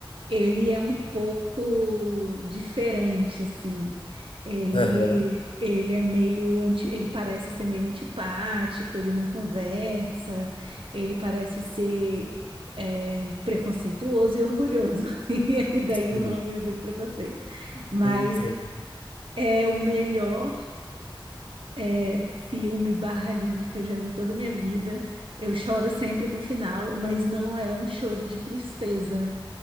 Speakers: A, on the right; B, on the left.
A: ele é um pouco diferente, assim. Ele,
B: Aham.
A: ele é meio anti, ele parece ser meio antipático, ele não conversa, ele parece ser é, preconceituoso e orgulhoso. <laughs> E aí daí
B: Sim.
A: o nome Orgulho e Preconceito. Mas
B: Entendo.
A: é o melhor é, filme barra livro que eu já vi em toda a minha vida. Eu choro sempre com o final, mas não é um choro de tristeza.